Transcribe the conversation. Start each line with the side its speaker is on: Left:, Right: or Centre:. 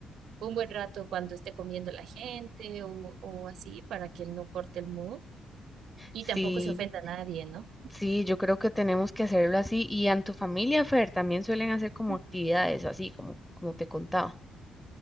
Right: un buen rato cuando esté comiendo la gente o, o así para que no corte el mood y
Centre: Sí,
Right: tampoco se ofenda a nadie, ¿no?
Centre: Sí, yo creo que tenemos que hacerlo así. Y en tu familia, Fer, también suelen hacer como
Right: <laughs>
Centre: actividades así, como, como te contaba.